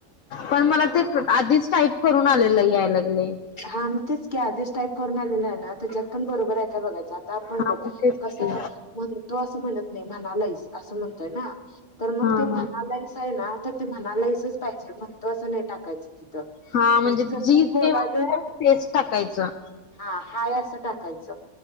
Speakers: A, on the left (about 70°); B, on the left (about 40°).
A: पण मला ते आधीच टाईप करून आलेलं याय लागले
B: हां मग तेच की आधीच टाईप करून आलेला आहे ना त्याच्यात पण बरोबर आहे का बघायच आता आपण
A: हा
B: बघ
A: मग तेच
B: कसय
A: की
B: म्हण तो असं म्हणत नाही म्हणाला असं म्हणतय ना तर
A: हा
B: मग ते
A: हा
B: म्हनालाईस आहे ना तर ते म्हनालाईसच पाहिजे म्हणतो असं नाही टाकायचं तिथं
A: हा
B: म्हणजे जस
A: जी
B: बला
A: ते पेस्ट टाकायचं
B: हा हाय असं टाकायचं